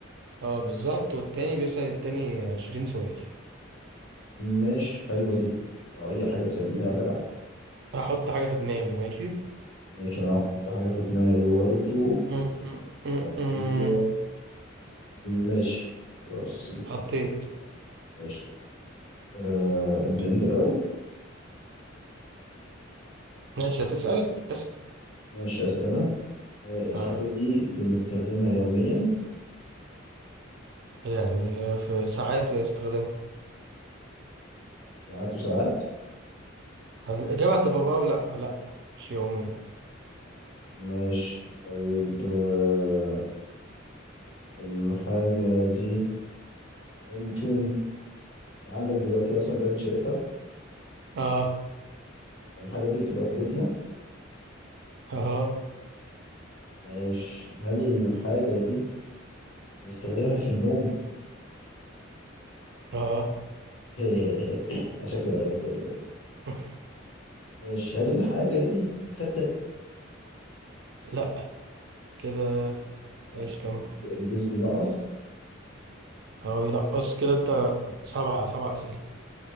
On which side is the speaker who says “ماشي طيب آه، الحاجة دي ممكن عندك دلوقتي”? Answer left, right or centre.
Left